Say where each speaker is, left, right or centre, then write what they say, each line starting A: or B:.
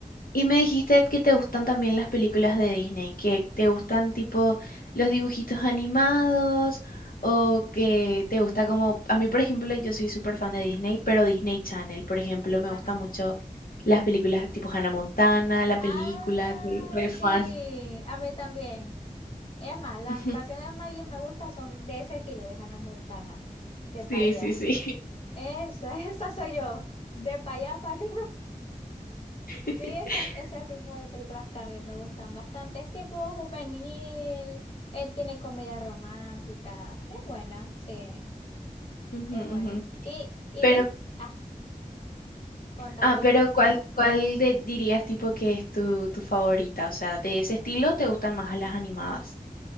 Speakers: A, on the left (about 75°); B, on the left (about 40°).
A: Y me dijiste que te gustan también las películas de Disney, que te gustan tipo los dibujitos animados o que te gusta como, a mí por ejemplo, yo soy súper fan de Disney, pero Disney Channel, por ejemplo, me
B: Ajá.
A: gustan mucho las películas tipo Hannah Montana, la
B: Ay,
A: película, soy re
B: sí,
A: fan.
B: a mí también. Es más, las
A: <laughs>
B: canciones de Miley me gustan son de ese estilo, de Hannah Montana, de pa'
A: Sí,
B: allá.
A: sí, sí.
B: Esa, <laughs> esa soy yo, de pa' allá para acá.
A: <laughs>
B: Sí, ese, ese tipo de películas también me gustan bastante. Es tipo juvenil, eh, tiene comedia romántica. Es buena, sí,
A: Ujú,
B: es buena.
A: ujú.
B: Y, y
A: Pero
B: viste, ajá, contame.
A: Ah, pero
B: yo-
A: ¿cuál, cuál de- dirías tipo que es tu, tu favorita? O sea, de ese estilo te gustan más las animadas.